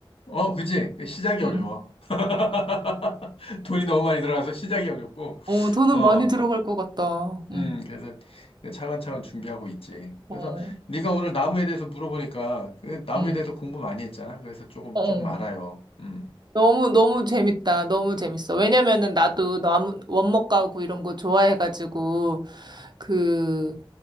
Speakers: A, on the left; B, on the right.
A: 어, 그지? 그 시작이
B: 음.
A: 어려워. <laughs> 돈이 너무 많이 들어가서 시작이 어렵고,
B: 어, 돈은
A: 어.
B: 많이 들어갈 것 같다. 응.
A: 음, 그래서 그 차근차근 준비하고 있지.
B: 어.
A: 그래서 네가 오늘 나무에 대해서 물어보니까 그 나무에
B: 음.
A: 대해서 공부 많이 했잖아. 그래서 조금
B: 어.
A: 조금 알아요. 음.
B: 너무, 너무 재밌다. 너무 재밌어. 왜냐면은 나도 나무, 원목 가구 이런 거 좋아해가지고, 그,